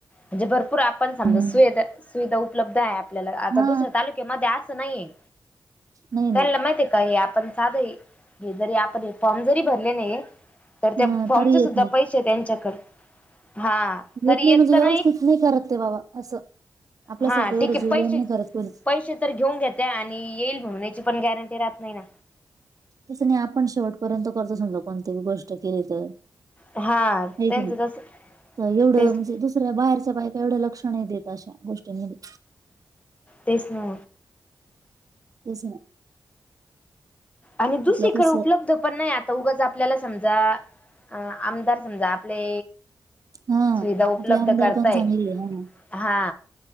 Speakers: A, on the left (about 20°); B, on the right (about 50°).
A: म्हणजे भरपूर आपण समजा
B: हम्म.
A: सुविधा उपलब्ध आहे आपल्याला. आता
B: हा
A: दुसऱ्या तालुक्यामध्ये असं नाहीेये.
B: नाही
A: त्यांला
B: ना
A: माहिती आहे का? हे आपण साध हे जरी आपण फॉर्म जरी भरले नाही, तर त्या
B: अ
A: फॉर्मचे
B: तरी
A: सुद्धा
B: येत नाही
A: पै से त्यांच्याकडं हा.
B: घेत
A: तरी
B: नाही
A: येत
B: म्हणजे
A: तर
B: व्यवस्थित नाही करत ते बाबा असं, आपल्यासारखं
A: हा
B: एवढं
A: ठीक
B: जीव
A: आहे पैसे
B: लाऊन नाही करत कोणी.
A: पैसे तर घेऊन घेते आणि येईल म्हणून येण्याची पण गॅरंटी राहत नाही ना.
B: तसं नाही आपण शेवटपर्यंत करतो समजा कोणती गोष्ट केली तर.
A: हा
B: आहे
A: त्यांचं
B: कि नाही?
A: तस
B: एवढं
A: तेच
B: म्हणजे दुस ऱ्या बाहेरच्या बायका एवढं लक्ष नाही देत अशा गोष्टींमध्ये.
A: तेच ना.
B: तेच ना.
A: आणि दुसरीकडं
B: आपलं कसं
A: उपलब्ध पण नाही. आता उगच आपल्याला समजा अ आमदार समजा आपले
B: हा
A: सुविधा उपलब्ध
B: आपले आमदार
A: करताय,
B: पण चांगली आहे
A: हा.